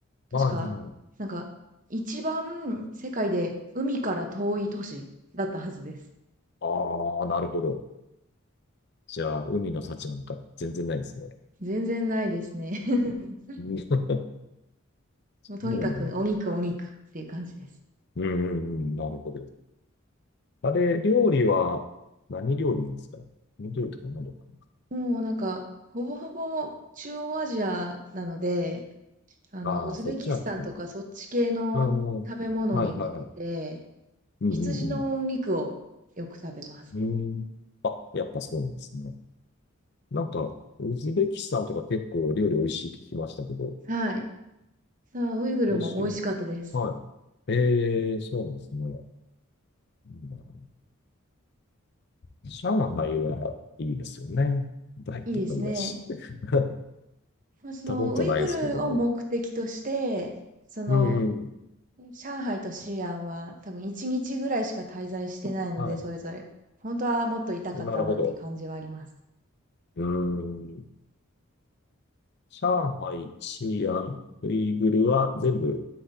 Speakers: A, on the right; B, on the left.
A: 確か、
B: はいはいはい。
A: なんか、一番世界で海から遠い都市だったはずです。
B: ああ、なるほど。じゃあ、海の幸なんか全然ないですね。
A: 全然ないですね。<laughs>
B: うんそ
A: もうとにかくお肉お肉っていう感じです。
B: うなんだ。うんうんうん、なるほど。あれ、料理は何料理なんですかね何料理とか何とか
A: もうなんか、ほぼほぼ中央アジアなので、あの、
B: なああー、
A: ウズベキスタンとかそっち系の食べ物に似てて、
B: そっちなんですね。うん。はいはいはい。うんうん
A: 羊のお肉をよく食べます。
B: うん。うん。あ、やっぱそうなんですね。なんか、ウズベキスタンとか結構料理美味しいって聞きましたけど、
A: はい。さあ、ウイグルも美味しかったです。
B: 美味しいものです。はい。ええ、そうなんですね。うん上海はいいですよね。大都会だし。
A: いいですね。
B: <laughs> 行っ
A: まあ、その、
B: たことないですけど。
A: ウイグルを目的として、その、
B: うんうん。
A: 上海と西安は多分1日ぐらいしか滞在してないので、
B: はい。
A: それぞれ。本当はもっといたかったなっていう感じはあります。
B: なるほど。うーん。上海、西安、ウイグルは全部、